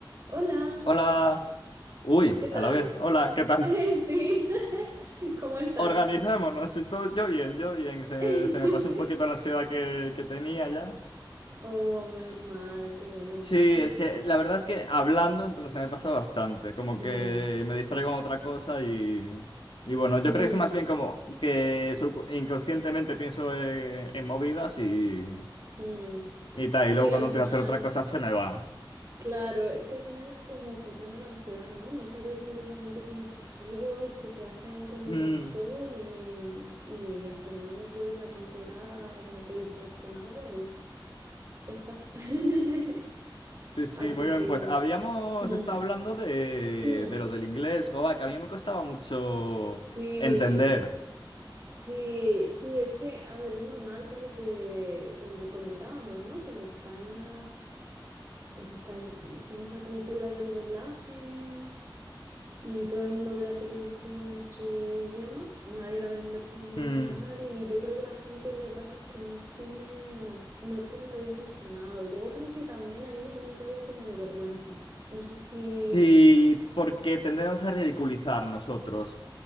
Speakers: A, on the right; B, on the left.
A: Hola,
B: Hola. Uy,
A: ¿qué tal?
B: a la vez. Hola, ¿qué tal?
A: <laughs> sí, <laughs> ¿cómo estás?
B: Organizémonos. Y todo, yo bien, yo bien. Se,
A: <laughs>
B: se me pasó un poquito la ansiedad que, que tenía ya.
A: Oh, menos mal, qué bueno.
B: Sí,
A: <laughs>
B: es que la verdad es que hablando en plan, se me pasa bastante. Como
A: Mm,
B: que me distraigo en otra cosa y, y bueno,
A: mm,
B: yo creo que es más bien como que subco- inconscientemente pienso eh, en, movidas y,
A: mm.
B: y tal.
A: Sí,
B: Y luego
A: al
B: cuando
A: final,
B: empiezo a hacer otra cosa se me va.
A: claro, es que al final es como funciona la ansiedad, ¿no? Muchas veces son pensamientos intrusivos que se hacen con el
B: Mm.
A: control y, y hasta que no los vuelves a controlar o te distraes con algo, es, ya está. <laughs>
B: Sí, sí,
A: Así
B: muy bien.
A: que...
B: Pues habíamos
A: mm,
B: estado hablando de,
A: mm.
B: de lo del inglés, joba, que a mí me costaba mucho
A: Sí,
B: entender.
A: sí, sí, es que, a ver, es normal por lo que, por lo que comentábamos, ¿no? Que en España, pues está, tiene esa cultura del doblaje y todo el mundo ve la televisión en su idioma, nadie la ve en versión original
B: Mm.
A: y yo creo que la gente lo que pasa es que no tiene, no tiene el oído entrenado y luego creo que también hay un elemento ahí de como de vergüenza. No sé si...
B: Y porque tendemos a ridiculizar nosotros